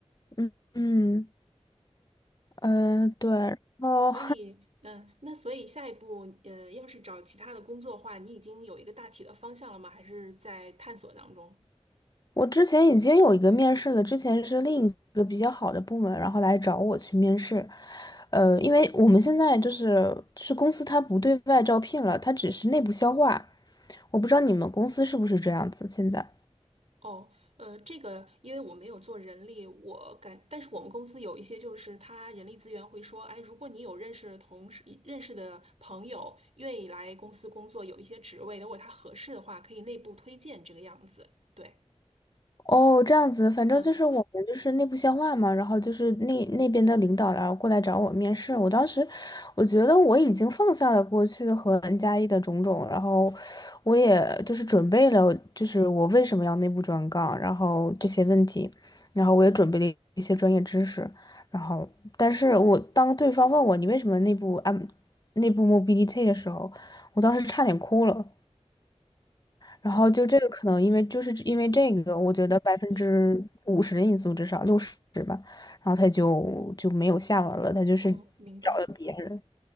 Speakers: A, on the left; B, on the right.
A: 嗯嗯呃对，然后
B: 所以，嗯，那所以下一步，呃，要是找其他的工作的话，你已经有一个大体的方向了吗？还是在探索当中？
A: 我之前已经有一个面试了，之前是另一个比较好的部门，然后来找我去面试。呃，因为我们现在就是就是公司它不对外招聘了，它只是内部消化。我不知道你们公司是不是这样子现在。
B: 哦，呃，这个因为我没有做人力，我感，但是我们公司有一些就是他人力资源会说，哎，如果你有认识的同事、认识的朋友愿意来公司工作，有一些职位，如果他合适的话，可以内部推荐这个样子。对，
A: 哦，这样子，反正就是我们就是内部消化嘛，
B: 嗯，
A: 然后就是那那边的领导然后过来找我面试，我当时我觉得我已经放下了过去和 N 加一的种种，然后我也就是准备了，就是我为什么要内部转岗，然后这些问题，然后我也准备了一些专业知识，然后但是我当对方问我你为什么内部安内部 mobility 的时候，我当时差点哭了。然后就这个可能因为就是因为这个，
B: 哦，嗯，
A: 我觉得百分之五十的因素至少六十吧，
B: 对，
A: 然后他就就没有下文了，他就是
B: 嗯，明白。
A: 找了别人。